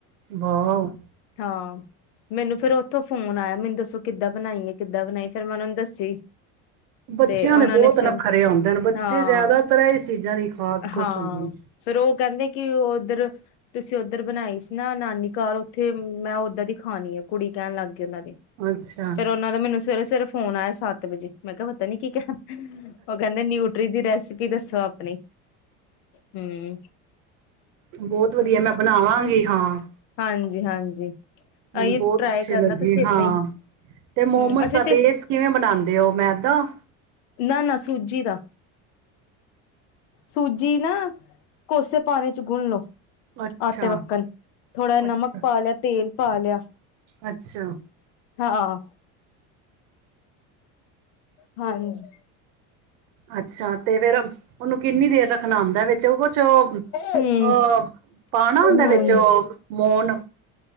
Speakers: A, on the right; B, on the left.
A: ਵਾਹ
B: ਹਾਂ ਮੈਨੂੰ ਫੇਰ ਉੱਥੋਂ ਫੋਨ ਆਇਆ ਮੈਨੂੰ ਦੱਸੋ ਕਿੱਦਾਂ ਬਣਾਈ ਹੈ ਕਿੱਦਾਂ ਬਣਾਈ ਫੇਰ ਮੈਂ ਉਹਨਾਂ ਨੂੰ ਦੱਸੀ
A: ਬੱਚਿਆਂ
B: ਤੇ ਉਹਨਾਂ
A: ਦੇ ਬਹੁਤ
B: ਨੇ ਫਿਰ
A: ਨਖਰੇ ਆਦੇ ਨੇ ਬੱਚੇ
B: ਹਾਂ
A: ਜਿਆਦਾਤਰ ਇਹ ਚੀਜ਼ਾਂ ਦੀ ਖਾ ਕੇ
B: ਹਾਂ
A: ਖੁਸ਼ ਹੁੰਦੇ ਨੇ।
B: ਫੇਰ ਉਹ ਕਹਿੰਦੇ ਕਿ ਉੱਧਰ ਤੁਸੀਂ ਉੱਧਰ ਬਣਾਈ ਸੀ ਨਾ ਨਾਨੀ ਘਰ ਉੱਥੇ ਮੈਂ ਉੱਧਰ ਦੀ ਖਾਣੀ ਆ ਕੁੜੀ ਕਹਿਣ ਲੱਗ ਗਈ। ਉਹਨਾ ਦੀ।
A: ਅੱਛਾ
B: ਫੇਰ ਉਹਨਾਂ ਦਾ ਮੈਨੂੰ ਸਵੇਰੇ ਫੋਨ ਆਇਆ ਸੱਤ ਵਜੇ ਮੈਂ ਕਿਹਾ ਪਤਾ ਨੀ ਕੀ ਕਹਿਣਾ ਉਹ ਕਹਿੰਦੇ ਨਿਊਟਰੀ ਦੀ ਰੈਸੀਪੀ ਦੱਸੋ ਆਪਣੀ ਹੂੰ
A: ਬਹੁਤ ਵਧੀਆ ਮੈਂ ਬਣਾਵਾਂਗੀ ਹਾਂ।
B: ਹਾਂਜੀ ਹਾਂਜੀ।
A: ਮੈਨੂੰ
B: ਆਈ
A: ਬਹੁਤ
B: ਟਰਾਈ
A: ਅੱਛੀ
B: ਕਰਨਾ
A: ਲੱਗੀ
B: ਤੁਸੀਂ ਏਦਾਂ
A: ਹਾਂ
B: ਹੀ
A: ਤੇ ਮੋਮੋਸ
B: ਹਮ ਅਸੀਂ
A: ਦਾ
B: ਤੇ
A: ਪੇਸਟ ਕਿਵੇਂ ਬਣਾਂਦੇ ਹੋ ਮੈਂ ਜਾਂਦਾ।
B: ਨਾ ਨਾ ਸੂਜੀ ਦਾ। ਸੂਜੀ ਨਾ ਕੋਸੇ ਪਾਣੀ ਚ ਗੁੰਨ ਲਓ।
A: ਅੱਛਾ
B: ਆਟੇ ਵੱਕਣ ਥੋੜ੍ਹਾ ਨਮਕ
A: ਅੱਛਾ
B: ਪਾ ਲਿਆ ਤੇਲ ਪਾ ਲਿਆ
A: ਅੱਛਾ,
B: ਹਾਂ, ਹਾਂਜੀ।
A: ਅੱਛਾ ਤੇ ਫੇਰ ਉਹਨੂੰ ਕਿੰਨੀ ਦੇਰ ਰੱਖਣਾ ਹੁੰਦਾ ਵਿੱਚ ਉਹ ਚ ਅਹ
B: ਹੂੰ
A: ਪਾਉਣਾ ਹੁੰਦਾ
B: ਹਾਂਜੀ
A: ਵਿੱਚ ਉਹ ਮੋਣ